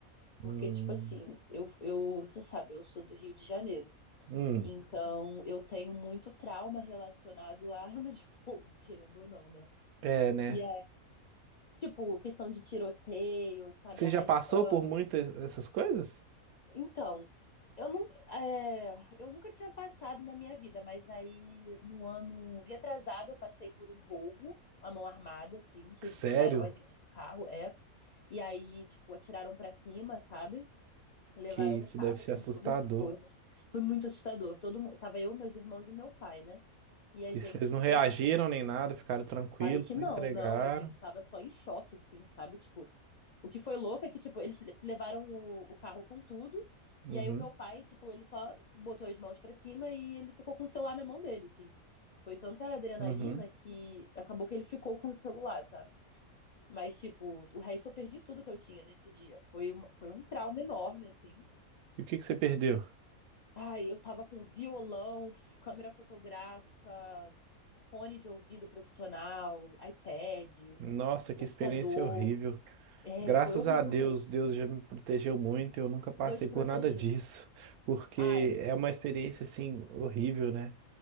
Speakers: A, on the left (about 85°); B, on the right (about 90°).
A: Porque,
B: Hum,
A: tipo assim, eu, eu, você sabe, eu sou do Rio de Janeiro.
B: hum.
A: Então, eu tenho muito trauma relacionado a <laughs> arma de fogo, querendo ou não, né?
B: É, né?
A: E Tipo, questão de tiroteio, sabe,
B: Você
A: arrastão.
B: já passou por muito es- essas coisas?
A: Então, eu não, é, eu nunca tinha passado na minha vida, mas aí no ano retrasado eu passei por um roubo à mão armada, assim, que
B: Sério,
A: tiraram a gente do carro, é. E aí, tipo, atiraram pra cima, sabe? Levaram
B: que isso
A: o carro
B: deve ser
A: com
B: assustador.
A: todas as coisas. Foi muito assustador. Todo mundo, tava eu, meus irmãos e meu pai, né? E a
B: E
A: gente
B: vocês não
A: ficou
B: reagiram
A: em choque.
B: nem nada, ficaram tranquilos,
A: Claro que
B: só
A: não,
B: entregaram.
A: não, a gente tava só em choque, assim, sabe? Tipo, O que foi louco é que, tipo, eles levaram o, o carro com tudo,
B: Uhum,
A: e aí o meu pai, tipo, ele só botou as mãos pra cima e ele ficou com o celular na mão dele, assim. Foi tanta adrenalina
B: uhum.
A: que acabou que ele ficou com o celular, sabe? Mas, tipo, o resto eu perdi tudo que eu tinha nesse dia. Foi, um- foi um trauma enorme, assim.
B: E o que que você perdeu?
A: Ai, eu tava com violão, f- câmera fotográfica, fone de ouvido profissional, iPad,
B: Nossa,
A: computador.
B: que experiência horrível.
A: É,
B: Graças
A: foi horrível
B: a Deus,
A: mesmo.
B: Deus já me protegeu muito, eu nunca passei
A: Deus protegeu.
B: por nada disso, porque
A: Ai,
B: é uma experiência assim horrível, né?